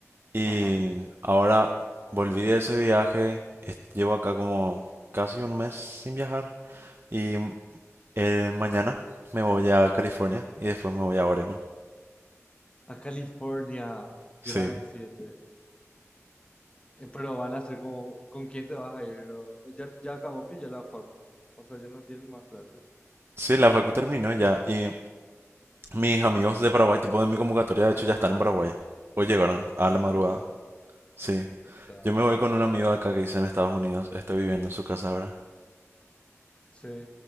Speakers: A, on the right (about 45°); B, on the left (about 20°).
A: Y
B: Ajá.
A: ahora volví de ese viaje, est- llevo acá como casi un mes sin viajar. Y El mañana me voy a California y después me voy a Oregon.
B: A California,
A: Sí.
B: Gran Siete Eh, pero van a ser como, ¿con quién te vas a ir? O- o ya, ya acabó que ya la facu. O sea, ya no tienen más clases.
A: Sí, la facu terminó ya y mis amigos de Paraguay, tipo de mi convocatoria, de hecho ya están en Paraguay. Hoy llegaron a
B: En
A: la madrugada.
B: serio. O
A: Sí.
B: sea,
A: Yo me voy con un amigo de acá que dice en Estados Unidos, estoy viviendo en su casa ahora.
B: sí,